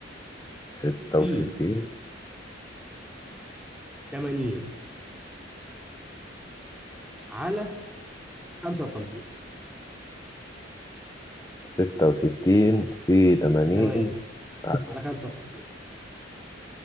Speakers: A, on the left; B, in the centre.
A: ستة
B: في
A: وستين
B: 80 على 55
A: ستة وستين في تمانين
B: في 80
A: على
B: على 55